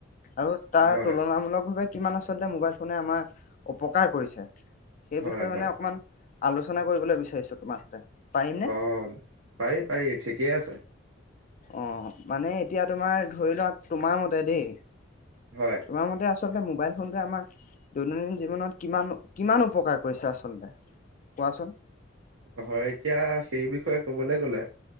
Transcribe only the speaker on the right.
হয়
হয়
হয়
অ পাৰি পাৰি ঠিকেই আছে।
হয়।
হয় এতিয়া সেই বিষয়ে ক'বলৈ গ'লে